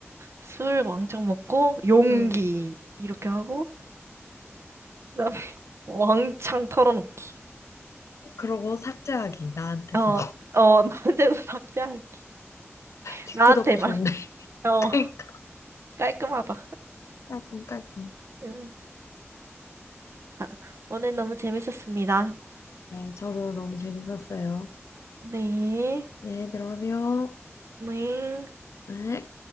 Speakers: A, on the right; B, on the left.
A: 술 왕창 먹고 용기
B: 응.
A: 이렇게 하고 그다음에 <laughs> 왕창 털어놓기.
B: 그러고 삭제하기, 나한테서.
A: 어, 어, 나한테도 <laughs> 삭제하기.
B: 뒤끝없고
A: 나한테만.
B: 좋네. <laughs>
A: 어,
B: 그러니까
A: 깔끔하다.
B: 깔끔깔끔.
A: 음. 아, 오늘 너무 재밌었습니다.
B: 네, 저도 너무 재밌었어요.
A: 네.
B: 네, 들어가세요.
A: 네.
B: 네.